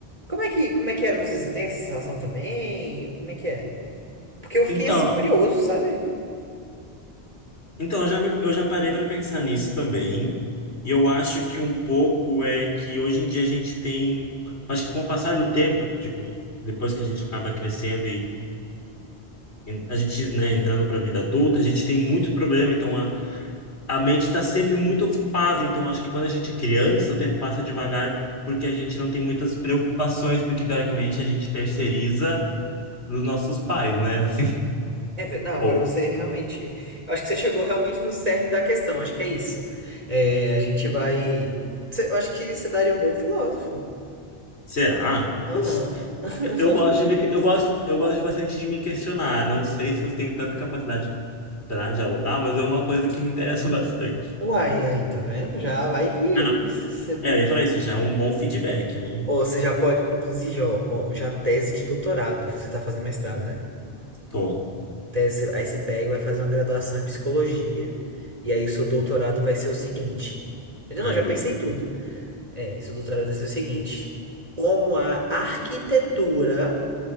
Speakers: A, on the right (about 35°); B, on the left (about 80°).
A: Como é que, como é que era você? Você tem essa sensação também? Como é que é? Porque eu fiquei
B: Então,
A: assim, curioso, sabe?
B: então eu já me- eu já parei para pensar nisso também. E eu acho que um pouco é que hoje em dia a gente tem, acho que com o passar do tempo, tipo, depois que a gente acaba crescendo e em- a gente, né, entrando para a vida adulta, a gente tem muito problema, então a mente está sempre muito ocupada, então acho que quando a gente é criança, o tempo passa devagar porque a gente não tem muitas preocupações, porque teoricamente a gente terceiriza para os nossos pais, né? Assim,
A: É, ver-
B: <laughs>
A: não, agora
B: ou
A: você realmente. Eu acho que você chegou realmente no cerne da questão, acho que é isso. É, a gente vai. Cê- Eu acho que você daria um bom filósofo.
B: será?
A: Aham.
B: Não sei.
A: <laughs>
B: Eu eu gosto de me, eu gosto, eu gosto de bastante de me questionar. Não sei se eu tenho tanta capacidade para dialogar, mas é uma coisa que me interessa <laughs> bastante.
A: Uai, aí, tá vendo? Já vai que
B: Ah, não.
A: você.
B: É, eu ia falar isso, já é um bom feedback, né?
A: Ou você já pode. Inclusive, ó, ó, já tese de doutorado. Você tá fazendo mestrado, né?
B: Tô.
A: Tese, aí você pega e vai fazer uma graduação em psicologia. E aí o seu doutorado vai ser o seguinte. Eu
B: Ai,
A: não, já
B: meu
A: pensei
B: Deus.
A: tudo. É, seu doutorado vai ser o seguinte: como a arquitetura,